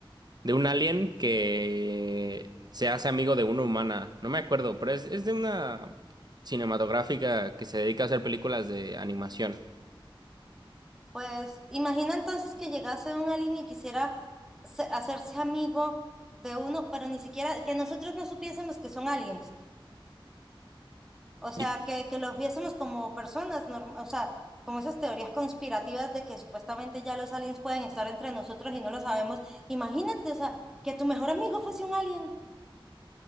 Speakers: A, on the right; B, in the centre.
A: de un alien que se hace amigo de una humana. No me acuerdo, pero es, es de una cinematográfica que se dedica a hacer películas de animación.
B: Pues imagina entonces que llegase un alien y quisiera se- hacerse amigo de uno, pero ni siquiera que nosotros no supiésemos que son aliens. O sea,
A: Y
B: que, que los viésemos como personas, norm- o sea, como esas teorías conspirativas de que supuestamente ya los aliens pueden estar entre nosotros y no lo sabemos. Imagínate, o sea, que tu mejor amigo fuese un alien.